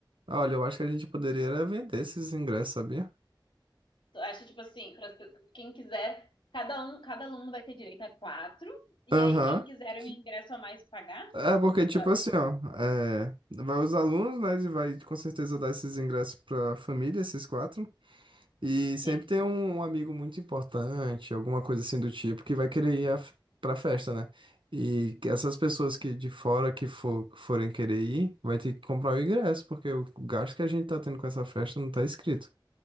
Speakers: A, on the right (about 80°); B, on the left (about 75°).
A: olha, eu acho que a gente poderia era vender esses ingressos, sabia?
B: Eu Acho, tipo assim, para quem quiser, cada um, cada aluno vai ter direito a quatro. E
A: Aham.
B: aí, quem quiser
A: Que-
B: um ingresso a mais pagar, o
A: É porque,
B: que
A: tipo
B: tu acha?
A: assim, ó, é, vai os alunos, né, e vai com certeza dar esses ingressos pra família, esses quatro. E sempre
B: Sim.
A: tem um um amigo muito importante, alguma coisa assim do tipo, que vai querer ir a- pra festa, né? E que essas pessoas que de fora que for, forem querer ir, vai ter que comprar o ingresso, porque o gasto que a gente tá tendo com essa festa não tá escrito.